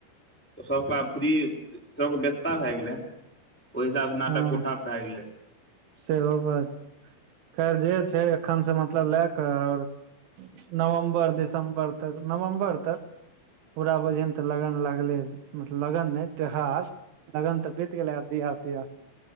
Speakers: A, in the centre; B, on the right.
A: त सभक आब फ्री सभके व्यस्तता भए गेलै ओहिसाब नतक
B: हँ
A: उठाएप भए गेलै
B: सेहो बात खैर जे छै एखनसँ मतलब लए कऽ आओर। नवम्बर दिसम्बर तक नवम्बर तक। पूरा बजन तऽ लगन लागलै मतलब लगन नहि त्योहार। लगन तऽ बीत गेले बिहा तिया